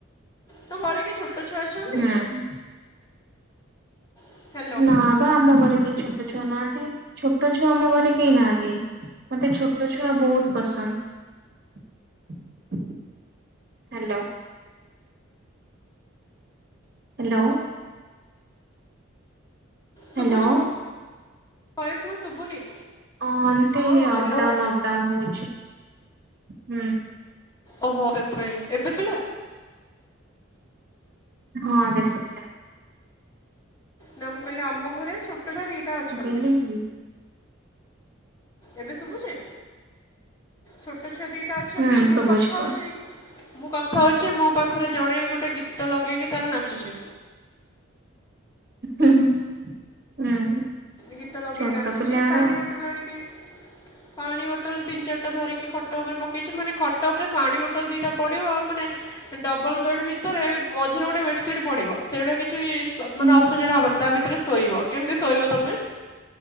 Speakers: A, on the left (about 15°); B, on the right (about 50°).
A: ତମ ଘରେ କିଏ ଛୋଟ ଛୁଆ ଅଛନ୍ତି?
B: ହୁଁ
A: ହ୍ୟାଲୋ
B: ନା ବା ଆମ ଘର କେହି ଛୋଟ ଛୁଆ ନାହାଁନ୍ତି। ଛୋଟ ଛୁଆ ଆମ ଘରେ କେହି ନାହାନ୍ତି। ମତେ ଛୋଟ ଛୁଆ ବହୁତ ପସନ୍ଦ। ହ୍ୟାଲୋ। ହ୍ୟାଲୋ। ହ୍ୟାଲୋ
A: ଶୁଭୁଚି ମୋ ଭଏସ୍ ନା ଶୁଭୁନି?
B: ଅନ୍ତି
A: ହଁ ହ୍ୟାଲୋ
B: ଅପଡାଉନ୍ ଅପଡାଉନ୍ ହଉଛି। ହୁଁ।
A: ଓହୋ ସେଥିପାଇଁ ଏବେ ସଇଲା
B: ହଁ ଏବେ ଶୁଭିଲା।
A: ନା ମୁଁ କହିଲି ଆମ ଘରେ ଛୋଟ ଛୋଟଛୁଆ ଦିଟା ଅଛନ୍ତି।
B: ମୁଁ କହିଲି ହୁଁ
A: ଏବେ ଶୁଭୁଚି? ଛୋଟ ଛୁଆ ଦିଟା ଅଛନ୍ତି
B: ହୁଁ
A: ମୁଁ
B: ଶୁଭୁଛି
A: କଥା
B: କୁହ।
A: ହଉଛି ମୁଁ କଥା ହଉଛି ମୋ ପାଖରେ ଜଣେ ଗୋଟେ ଗୀତ ଲଗେଇକି ତାର ନାଚୁଛି।
B: ହୁଁ।
A: ଗୀତ ଲଗେଇ
B: ଛୋଟ
A: ନାଚୁଚି
B: ପିଲା ଗୁଡା
A: ପାଣି
B: ଆଉ।
A: ବୋଟଲ୍ ଆଣିକି ପାଣି ବୋଟଲ୍ ତିନି ଚାରିଟା ଧରିକି ଖଟ ଉପରେ ପକେଇଚି ମାନେ ଖଟ ଉପରେ ପାଣି ବୋଟଲ ଦିଟା ପଡିବ ମାନେ ଡବଲ ବେଡ୍ ଭିତରେ ମଝିରେ ଗୋଟେ ବେଡସିଟ୍ ପଡିବ। ତେଣେ କିଛି ସବ୍
B: ହୁଁ
A: ମାନେ ଅସଜଡା ହବନି। ତା ଭିତରେ ଶୋଇବ କେନ୍ତି ଶୋଇବ ତମେ?